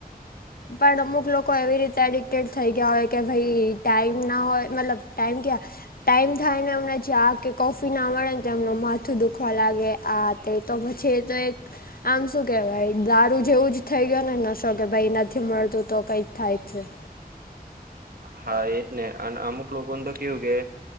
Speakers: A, on the left (about 65°); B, on the right (about 70°).
A: પણ અમુક લોકો એવી રીતે એડિક્ટેડ થઈ ગયા હોય કે, ભાઈ ટાઈમ ના હોય મતલબ, ટાઈમ ક્યાં? ટાઈમ થાય ને એમને જ કે કોફી ના મળે ને એમનું માથું દુખ <unintelligible> લાગે આ તે તો પછી એ તો એક આમ શું કહેવાય, દારૂ જેવું જ થઈ ગયો ને નશો કે ભાઈ <unintelligible> નથી મળતું તો કંઈક થાય જ છે.
B: હા એજ ને. અને અમુક લોકોને તો કેવું કે